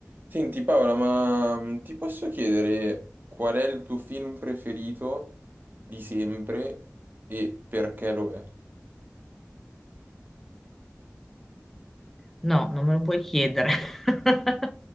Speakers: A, on the right; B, in the centre.
A: Senti Paola, ma mm, ti posso chiedere qual è il tuo film preferito di sempre e perché lo è?
B: No, non me lo puoi chiedere. <laughs>